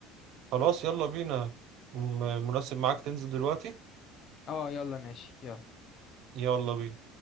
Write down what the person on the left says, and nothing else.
اه يلا ماشي يلا